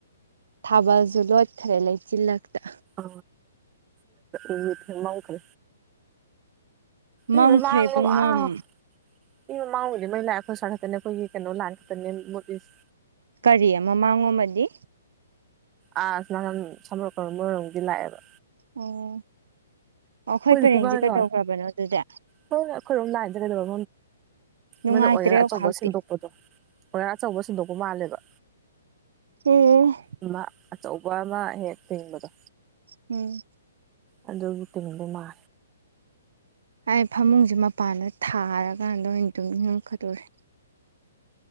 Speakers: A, on the right; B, on the right.
A: ꯊꯥꯕꯁꯨ ꯂꯣꯠꯈꯔꯦ ꯂꯩꯆꯤꯜꯂꯛꯇ
B: ꯑ ꯎ ꯏ ꯃꯎ ꯐ
A: ꯃꯝꯈ꯭ꯔꯦ
B: ꯎ
A: ꯄꯨꯡꯃꯝ
B: ꯋꯥꯉꯃ ꯏ ꯃꯃꯥꯡꯒꯤꯗꯤ ꯃꯩ ꯂꯥꯛꯑꯦꯈꯣꯏ ꯁꯥꯥ ꯈꯛꯇꯅꯦ ꯑꯩꯈꯣꯏꯒꯤ ꯀꯩꯅꯣ ꯂꯥꯟ ꯈꯛꯇꯅꯦ ꯅꯣꯔꯠ ꯏꯁ
A: ꯀꯔꯤ ꯑꯃꯃꯥꯡꯃꯗꯤ
B: ꯑ ꯅ ꯁꯝꯕꯣꯔꯀ ꯃꯣꯏꯔꯣꯝꯗꯤ ꯂꯥꯛꯑꯦꯕ
A: ꯑꯣ ꯑꯩꯈꯣꯏ
B: ꯍꯣꯏꯗꯤ
A: ꯄꯔꯦꯡꯁꯦ
B: ꯄꯨꯡꯉꯥꯟꯀ
A: ꯀꯩꯗꯧꯈ꯭ꯔꯕꯅꯣ ꯑꯗꯨꯗꯤ
B: ꯍꯣꯏ ꯑꯩꯈꯣꯏꯔꯣꯝ ꯂꯥꯏꯟꯗ ꯀꯩꯗꯧꯕ
A: ꯅꯨꯡꯉꯥꯏꯇ꯭ꯔꯦ
B: ꯅꯣꯏꯅ ꯑꯣꯔꯥ
A: ꯍꯧꯖꯤꯛꯇꯤ
B: ꯑꯆꯧꯕ ꯁꯦꯡꯗꯣꯛꯄꯗꯣ ꯑꯣꯌꯥꯥꯔ ꯑꯆꯧꯕ ꯁꯤꯟꯗꯣꯛꯄ ꯃꯥꯜꯂꯦꯕ
A: ꯎꯝ
B: ꯑꯃ ꯑꯆꯧꯕ ꯑꯃ ꯍꯦꯛ ꯊꯤꯡꯕꯗꯣ
A: ꯎꯝ
B: ꯑꯗꯨꯗꯒꯤꯇꯝ ꯃꯥ
A: ꯍꯥꯏ ꯐꯃꯨꯡꯁꯦ ꯃꯄꯥꯟꯗ ꯊꯥꯔꯀꯥꯟꯗ ꯑꯣꯏꯅ ꯑꯗꯨꯨꯝꯝ ꯏꯉꯛꯀꯗꯣꯔꯦ